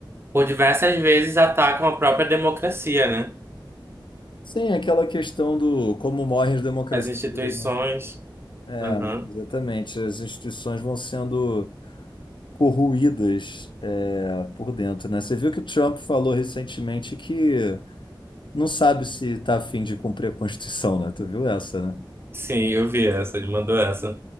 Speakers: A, on the right; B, on the left.
A: por diversas vezes atacam a própria democracia, né?
B: Sim, aquela questão do como morrem as democracias,
A: As instituições.
B: né? É,
A: Aham.
B: exatamente. As instituições vão sendo corroídas, é, por dentro, né? Você viu que o Trump falou recentemente que não sabe se está a fim de cumprir a Constituição, né? Tu viu essa, né?
A: Sim, eu vi essa, ele mandou essa.